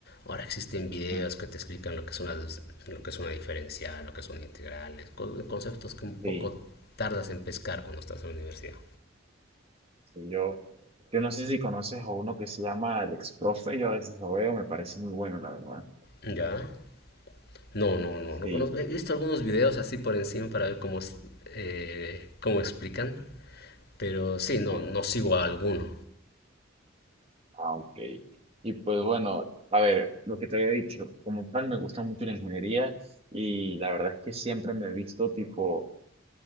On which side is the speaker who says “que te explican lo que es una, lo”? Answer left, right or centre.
Left